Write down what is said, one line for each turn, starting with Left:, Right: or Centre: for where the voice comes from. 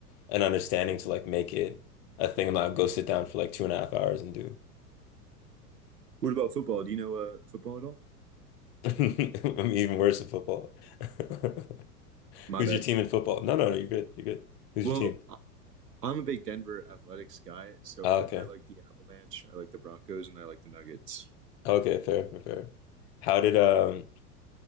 Left: an understanding to like make it a thing I'm like go sit down for like two and a half hours and do.
Right: What about football? Do you know uh, football at all?
Left: <laughs> I'm even worse at football. <laughs>
Right: My
Left: Who's
Right: bad.
Left: your team in football? No, no, no, you're good. You're good. Who's
Right: Well,
Left: your team?
Right: I- I'm a big Denver Athletics guy, so
Left: Ah, okay.
Right: I like the Avalanche, I like the Broncos, and I like the Nuggets.
Left: Okay, fair, fair, fair. How did um